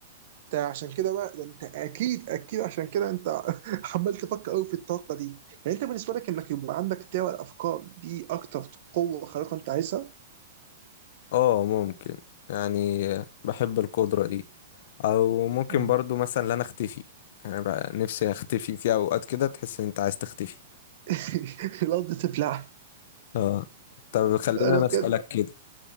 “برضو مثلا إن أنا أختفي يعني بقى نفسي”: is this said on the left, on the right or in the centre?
Left